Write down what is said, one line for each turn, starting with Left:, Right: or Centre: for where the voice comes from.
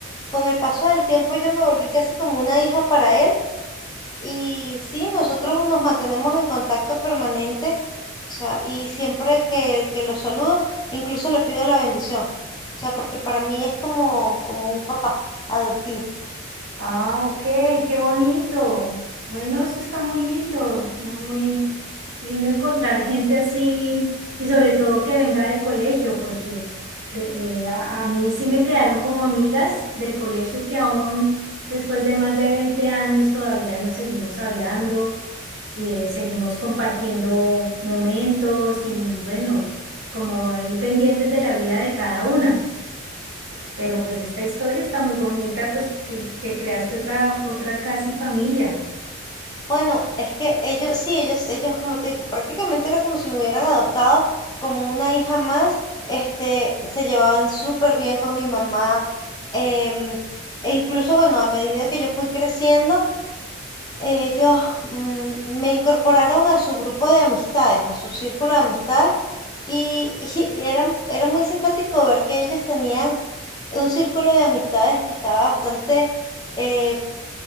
Left: con el paso del tiempo yo me volví casi como una hija para él y sí, nosotros nos mantenemos en contacto permanente, o sea, y siempre que, que lo saludo, incluso le pido la bendición, o sea, porque para mí es como, como un papá adoptivo.
Right: Ah, ok, qué bonito. Bueno, eso está muy lindo, muy, muy lindo encontrar gente así y sobre todo que venga del colegio, porque eh, eh, a, a mí sí me quedaron como amigas del colegio que aún después de más de 20 años todavía nos seguimos hablando, eh, seguimos compartiendo momentos y bueno, como ahí pendientes de la vida de cada una. Pero pues esta historia está muy bonita, pues que, que creaste otra, otra casi familia.
Left: Bueno, es que ellos, sí, ellos, ellos, como te digo, prácticamente era como si me hubieran adoptado como una hija más, este, se llevaban súper bien con mi mamá, em, e incluso, bueno, a medida que yo fui creciendo, ellos, mm, me incorporaron a su grupo de amistades, a su círculo de amistades, y, <laughs> y era, era muy simpático ver que ellos tenían un círculo de amistades que estaba bastante, eh,